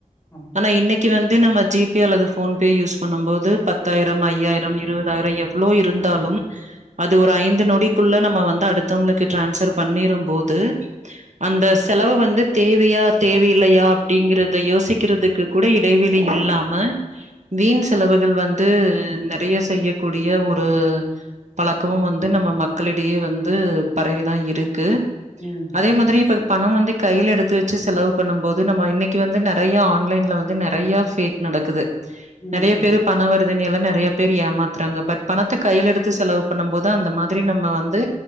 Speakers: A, on the left; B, on the right.
A: நம்
B: ந இன்னைக்கு வந்து நம்ம ஜி பே அல்லது ஃபோன் பே யூஸ் பண்ணும் போது பத்தாயிரம் ஐயாயிரம் இருவது தாயிரோ எவ்ளோ இருந்தாலும் அது ஒரு ஐந்து நொடிக்குள்ள நம்ம வந்து அடுத்தவங்களுக்கு டிரான்ஸ்ஃபர் பண்ணிரும் போது அந்த செலவு வந்து தேவையா தேவையில்லையா அப்டிங்கறத யோசிக்கிறதுக்கு கூட இடைவெ ளி இல்லாம வீண் செலவுகள் வந்து நெறைய செய்யக்கூடிய ஒரு பழக்கமும் வந்து நம்ம மக்களிடையே வந்து பரவிதா இருக்கு
A: ம்
B: அதே மாதிரி இப்ப பணம் வந்து கையில எடுத்து வச்சு செலவு பண்ணும் போது நம்ம இன்னக்கி வந்து நெறையா ஆன்லைன்ல வந்து நெறையா ஃபேக் நடக்குது
A: ம்
B: நெறைய
A: ம்
B: பேரு பணவறதுன் எல்லா நிறைய பேர் ஏமாத்துறாங்க பட் பணத்த கையில எடுத்து செலவு பண்ணும் போதா அந்த மாதிரி நம்ம வந்து